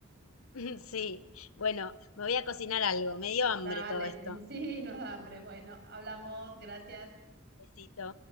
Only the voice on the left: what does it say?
<laughs> Sí, bueno, me voy a cocinar algo. Me dio hambre
todo esto.
Besito.